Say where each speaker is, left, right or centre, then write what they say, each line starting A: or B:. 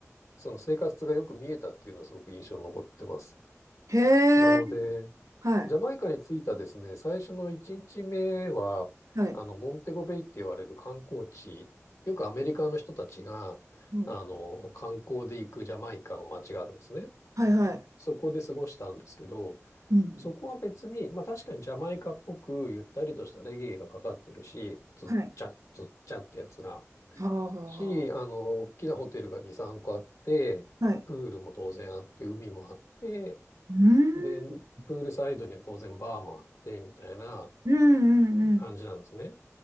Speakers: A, on the left; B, on the right.
A: その生活がよく見えたっていうのはすごく印象に残ってます。
B: へ
A: なので、
B: え、はい、
A: ジャマイカに着いたですね、最初の1日目は、
B: はい、
A: あの、モンテゴベイって言われる観光地、よくアメリカの人たちが、
B: うん、
A: あの、観光で行くジャマイカの街があるんですね。
B: はいはい。
A: そこで過ごしたんですけど、
B: うん、
A: そこは別に、まあ確かにジャマイカっぽくゆったりとしたレゲエがかかってるし、つっちゃつっちゃってやつが、
B: はい。はあはあは
A: し、あの、大きなホテルが2、3個あって、
B: あ。はい。
A: プールも当然あって、海もあって、
B: うーん、
A: で、プールサイドには当然バーもあって、みたいな
B: うん、うん、うん。
A: 感じなんですね。